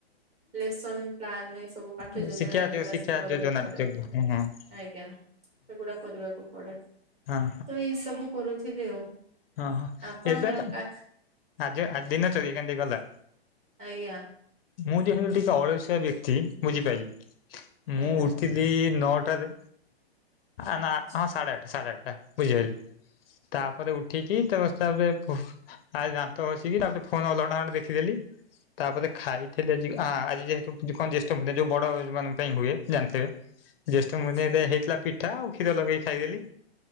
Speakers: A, on the right; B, on the left.
A: ଲେସନ୍ ପ୍ଲାନ୍ ସବୁ ପାଠ୍ୟ
B: ହୁଁ
A: ଯୋଜନା
B: ଶିକ୍ଷା
A: ଏଗୁଡା
B: ଯୋଉ ଶିକ୍ଷା
A: ସବୁ କରିବାକୁ
B: ଯୋଜନାଟା
A: ପଡେ
B: ଯୋଉ ହଁ ହଁ
A: ଆଜ୍ଞା ସେଗୁଡା କରିବାକୁ ତ
B: ହଁ
A: ଏଇ ସବୁ କରୁଥିଲି ଆଉ
B: ହଁ ହଁ
A: ଆପଣଙ୍କର
B: ଏବେ
A: କା
B: ଆଜି ଆଜି ଦିନ ଚରି କେମୀତି ଗଲା
A: ଆଜ୍ଞା
B: ମୁଁ ଯେହେତୁ ଟିକେ ଅଳଶୁଆ ବ୍ୟକ୍ତି ବୁଝିପାଇଲୁ ମୁଁ
A: ଆଜ୍ଞା
B: ଉଠିଲି ନଅଟାରେ ଆ ନା
A: ଆଚ୍ଛା
B: ହଁ ସାଢ଼େ ଆଠା ସାଢ଼େ ଆଠଟା ବୁଝିଗଲି ତାପରେ ଉଠ ଠିକି ତା ତାପରେ ତାପରେ ଦାନ୍ତ ଘସିକି ତାପରେ ଫୋନ ଅଧଘଣ୍ଟା କେତେ ଦେଖିଦେଲି ତାପରେ ଖାଇଥିଲେ ଆ ଆଜି ଯେହେତୁ କଣ ଜ୍ୟେଷ୍ଠି ଯୋଉ ବଡ ମାନ ପାଇଁ ହୁଏ ଜାଣିଥିବେ <inaudible> ଜ୍ୟେଷ୍ଠ ମନ
A: ଆଚ୍ଛା
B: ହେଇଥିଲା ପିଠା କ୍ଷୀର ଲଗେଇକି ଖାଇଦେଲି